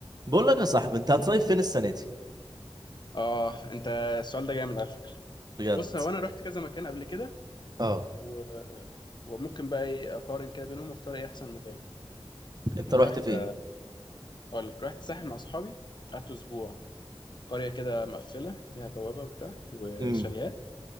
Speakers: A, on the right; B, on the left.
A: بقول لك يا صاحبي انت هتصيف فين السنه دي
B: اه انت السؤال ده جامد على فكره
A: بجد
B: بص هو انا رحت كذا مكان قبل كده
A: اه
B: و... وممكن بقى ايه اقارن كده بينهم واختار ايه احسن مكان
A: انت
B: انا
A: رحت
B: رحت
A: فين
B: اقول لك رحت الساحل مع اصحابي قعدت اسبوع قريه كده مقفله ليها بوابه وبتاع وشاليهات
A: امم